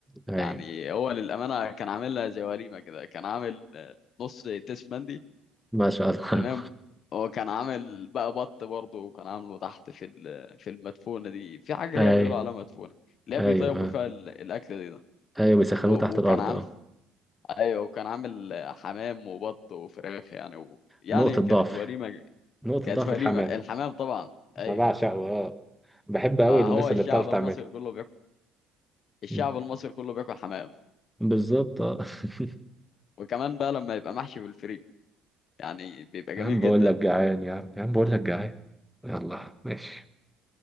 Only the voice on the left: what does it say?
يعني هو للامانه كان عاملها زي وليمه كده كان عامل آه، نص تيس مندي
تمام هو كان عامل بقى بط برضه وكان عامله تحت في ال- في المدفونه دي في
حاجه
هي بيقولوا عليها مدفونه اللي
هي بيطيبوا
فيها ال- الاكل دي ده
و-
وكان عامل
ايوه وكان عامل حمام وبط وفراخ يعني و... يعني
كانت
وليمه
كانت
وليمه
الحمام طبعا ايوه
ما
هو الشعب
المصري كله بياكل الشعب
المصري كله بياكل حمام
وكمان بقى لما يبقى محشي بالفريك يعني بيبقى جميل
جدا